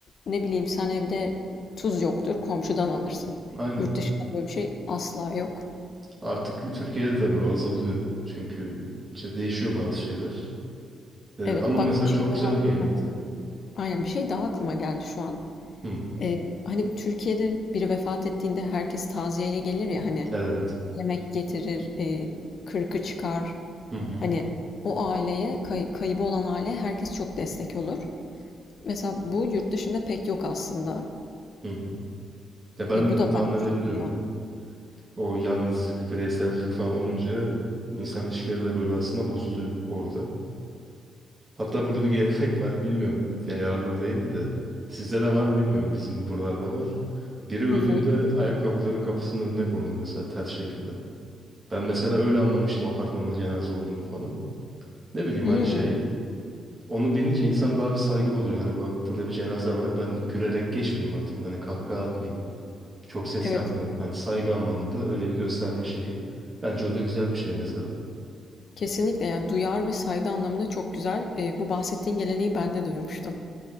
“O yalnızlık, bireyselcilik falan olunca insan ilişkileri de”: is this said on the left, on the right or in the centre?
Right